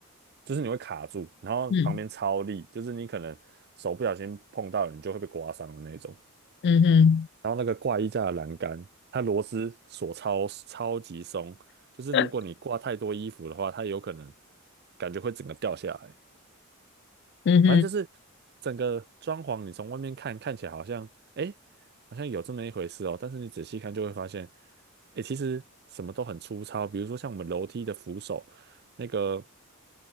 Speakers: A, on the right; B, on the left.
A: 就是你会卡住，然后旁边超力，
B: 嗯
A: 就是你可能手不小心碰到了，你就会被刮伤的那种。
B: 嗯哼，
A: 然后那个挂衣架的栏杆，它螺丝锁超超级松，就是如果你挂太多衣服的话，
B: <laughs>
A: 它有可能感觉会整个掉下来。
B: 嗯哼，
A: 反正就是整个装潢，你从外面看看起来好像，哎，好像有这么一回事哦。但是你仔细看就会发现，哎，其实什么都很粗糙。比如说像我们楼梯的扶手，那个